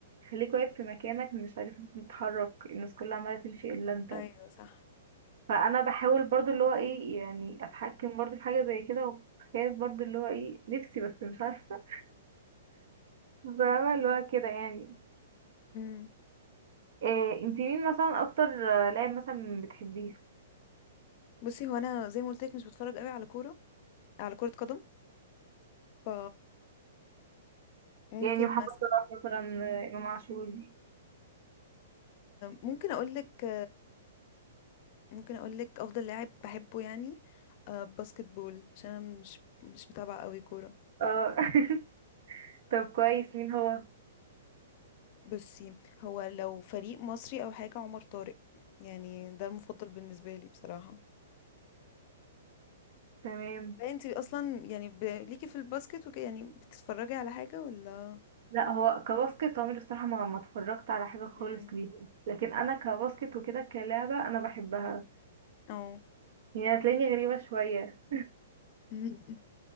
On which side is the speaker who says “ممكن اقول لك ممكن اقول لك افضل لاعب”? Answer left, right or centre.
Left